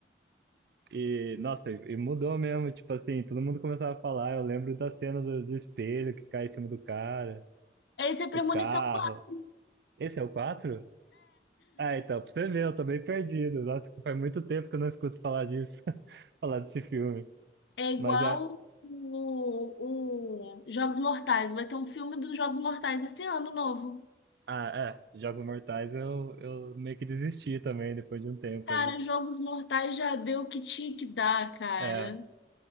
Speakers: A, on the right (about 60°); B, on the left (about 75°).
A: E, nossa, e, e mudou mesmo, tipo assim, todo mundo começava a falar. Eu lembro da cena do, do espelho que cai em cima do cara,
B: Esse é Premonição
A: o carro.
B: 4.
A: Esse é o 4? Ah, então, pra você ver, eu tô bem perdido. Nossa, faz muito tempo que eu não escuto falar disso, <laughs> falar desse filme.
B: É, <laughs> é igual
A: Mas é,
B: o, o Jogos Mortais. Vai ter um filme dos Jogos Mortais esse ano novo.
A: ah, é, Jogos Mortais eu, eu meio que desisti também depois de um tempo
B: Cara,
A: aí.
B: Jogos Mortais já deu o que tinha que dar, cara.
A: É,